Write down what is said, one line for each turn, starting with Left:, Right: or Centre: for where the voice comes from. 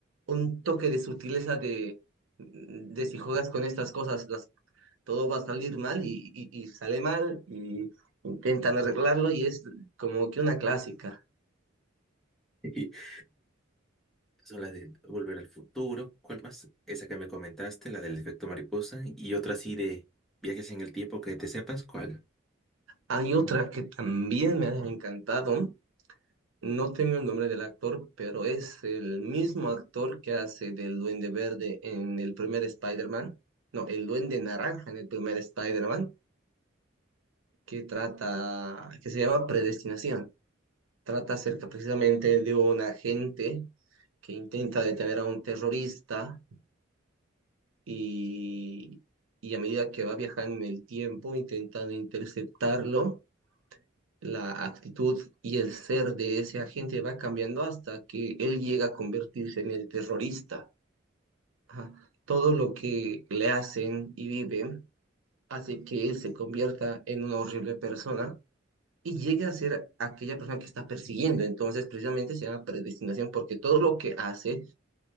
Right: un toque de sutileza de, de si juegas con estas cosas, las, todo va a salir mal y, y, y sale mal y intentan arreglarlo y es como que una clásica.
Centre: <laughs> Son las de Volver al Futuro, ¿cuál más? Esa que me comentaste, la del efecto mariposa y otra así de viajes en el tiempo que te sepas, ¿cuál?
Right: Hay otra que también me ha encantado, No tengo el nombre del actor, pero es el mismo actor que hace del Duende Verde en el primer Spider-Man. No, el Duende Naranja en el primer Spider-Man, que trata, que se llama Predestinación. Trata acerca precisamente de un agente que intenta detener a un terrorista y, y a medida que va viajando en el tiempo, intentando interceptarlo la actitud y el ser de ese agente va cambiando hasta que él llega a convertirse en el terrorista. Ajá. Todo lo que le hacen y viven hace que él se convierta en una horrible persona y llegue a ser aquella persona que está persiguiendo. Entonces, precisamente se llama predestinación porque todo lo que hace,